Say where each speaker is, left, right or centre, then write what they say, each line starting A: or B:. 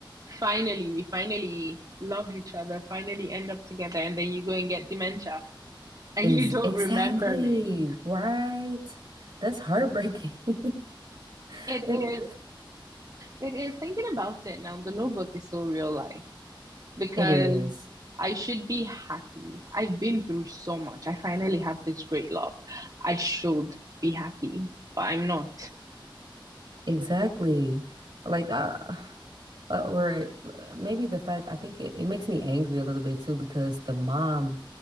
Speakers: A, on the right; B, on the right.
A: finally, we finally love each other, finally end up together, and then you go and get dementia <laughs> and
B: ex
A: you don't
B: exactly
A: remember me.
B: right. That's heartbreaking. <laughs>
A: It is,
B: It,
A: it is thinking about it now. The notebook is so real life. because
B: it is
A: I should be happy. I've been through so much. I finally have this great love. I should be happy, but I'm not.
B: exactly like uh, Uh, or uh, maybe the fact I think it, it makes me angry a little bit too because the mom